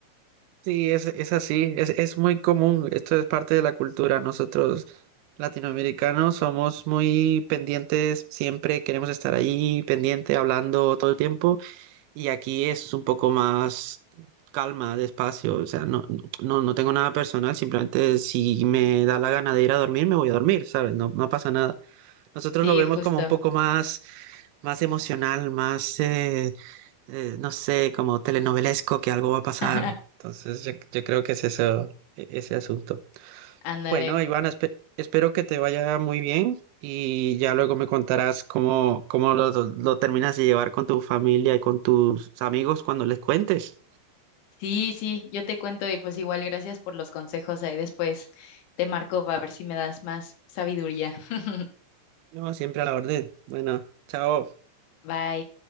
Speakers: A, on the right (about 85°); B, on the left (about 80°).
A: sí, es, es así, es, es muy común, esto es parte de la cultura. Nosotros latinoamericanos somos muy pendientes, siempre queremos estar allí, pendiente, hablando todo el tiempo, y aquí es un poco más calma, despacio, o sea, no, no, no tengo nada personal, simplemente si me da la gana de ir a dormir, me voy a dormir, ¿sabes? No, no pasa nada. Nosotros
B: Sí,
A: lo vemos
B: justo.
A: como un poco más, más emocional, más... eh, eh, no sé, como telenovelesco, que algo va a pasar.
B: <laughs>
A: Entonces, yo, yo creo que es eso, e- ese asunto.
B: Ándale.
A: Bueno, Ivana, espe- espero que te vaya muy bien y ya luego me contarás cómo, cómo lo, lo terminas de llevar con tu familia y con tus amigos cuando les cuentes.
B: Sí, sí, yo te cuento y pues igual gracias por los consejos. Ahí después te marco para ver si me das más sabiduría. <laughs>
A: No, siempre a la orden. Bueno, chao.
B: Bye.